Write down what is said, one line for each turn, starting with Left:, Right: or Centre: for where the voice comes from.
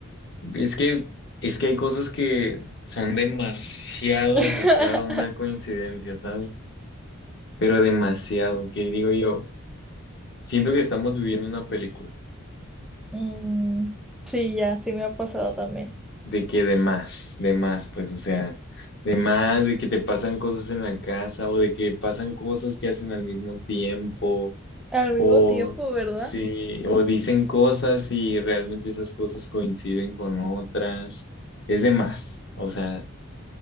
Left: es que, es que hay cosas que son demasiado,
Centre: <laughs>
Left: demasiado una coincidencia, ¿sabes? Pero demasiado, que digo yo, siento que estamos viviendo una película.
Centre: Mm, sí, ya, sí me ha pasado también.
Left: de que de más, de más, pues, o sea, de más, de que te pasan cosas en la casa o de que pasan cosas que hacen al mismo tiempo
Centre: Al mismo
Left: o
Centre: tiempo, ¿verdad?
Left: sí, o dicen cosas y realmente esas cosas coinciden con otras, es de más, o sea,